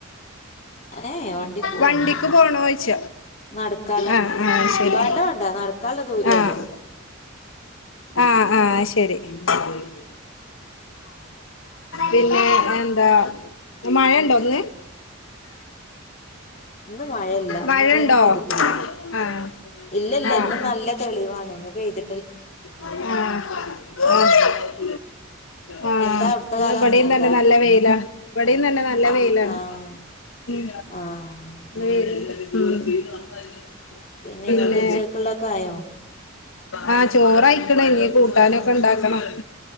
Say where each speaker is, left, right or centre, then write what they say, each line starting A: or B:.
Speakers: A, on the left; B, on the left.
A: ഏയ് വണ്ടിക്ക് പോന്നു
B: വണ്ടിക്ക്
A: വേണ്ട
B: പോണോയ്ച്ച
A: നടക്കാള്ള.
B: ആഹ് ആഹ് ശരി
A: വേണ്ട വേണ്ട നടക്കാള്ള ദൂരേ
B: ആഹ്
A: ഉള്ളു.
B: ആഹ് ആഹ് ശരി <unintelligible> പിന്നെ എൻ ന്താ മഴ ണ്ടോ ഇന്ന്?
A: ഇന്ന് മഴയില്ല.
B: മഴണ്ടോ
A: ഇന്ന് ഇതുവരെ പെയ്തിട്ടില്ല.
B: ആഹ്
A: ഇല്ലല്ല
B: ആഹ്
A: ഇന്ന് നല്ല തെളിവാണ്. ഇന്ന് പെയ്ത്
B: ആഹ് അഹ് ആഹ്
A: എന്താ അവിടുത്തെ
B: ഇന്ന്
A: കാലാവസ്ഥ
B: ഇവടിൻ
A: എന്താ
B: തന്നെ നല്ല വെയിലാ. ഇവടിം തന്നെ നല്ല വെയിലാണ്.
A: ആഹ്
B: ഉം
A: ആഹ്
B: <unintelligible>
A: നിങ്ങളത്
B: പിന്നെ
A: ഉച്ചക്കുള്ളൊക്കെ ആയോ
B: ആഹ് ചോറയിക്ക്ണ് ഇനി കൂട്ടാനൊക്കെ ഉണ്ടാക്കണം.